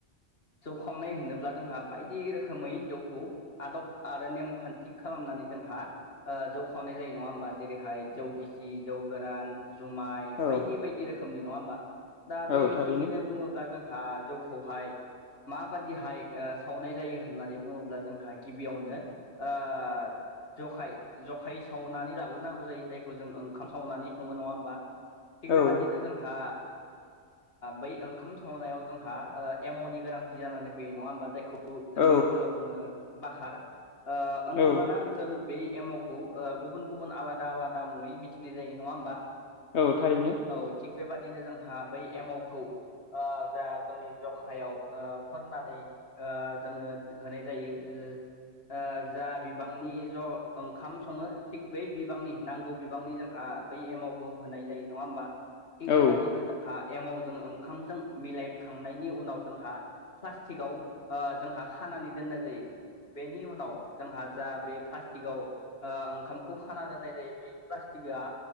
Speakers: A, on the left; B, on the left.
A: जौ खावनाय होनोब्ला जोंहा बायदि रोखोमै जौखौ आदब आरो नेमखान्थि खालामनानै जोंहा ओ जौ खावनाय जायो नङा होमबा जेरैहाय जौ गिसि जौ गोरान जुमाय
B: औ
A: बायदि बायदि रोखोमनि नङा होमबा? दा
B: औ
A: बे
B: औ
A: बिथिंनिनो
B: थारैनो
A: बुङोब्ला जोंहा जौखौहाय माबादिहाय सावनाय जायो होननानै बुङोब्ला जोंहा गिब बियावनो ओ जखाय जखायै सावनानै लाग्रोनांगौ जायो जायखौ जों ओंखाम सावनानै सङो नङा होमबा। थिग बेबादिनो
B: औ
A: जोंहा बै ओंखाम सावनायाव जोंहा एमावनि गोनांथि जानानै फैयो नङा होमबा जायखौ
B: औ
A: जोंनि ओनसोलाव बुङो बाकार ओ ओनसोल
B: औ
A: लाना ओन सोल बे एमावखौ गुबुन गुबुन आलादा आलादा मुङै मिथिनाय जायो नङा होमबा।
B: औ थारैनो।
A: औ थिग बेबादिनो जोंहा बै एमावखौ जा जोंनि जखायाव फुननानै जोङो होनाय जायो। <unintelligible> जा बिबांनि ज' ओंखाम सङो थिग बै बिबांनि नांगौ बिबांनि जोंहा बै एमावखौ होनाय जायो नङा होमबा थिग
B: औ
A: बेबादिनो जों हा एमावजों ओंखामजों मिलायखांनायनि उनाव जोंहा प्लास्टिकआव जोंहा खानानै दोननाय जायो। बेनि उनाव जोंहा जा बे प्लास्टिकआव ओ ओंखामखौ खाना दोननाय जायो बै प्लास्टिकआ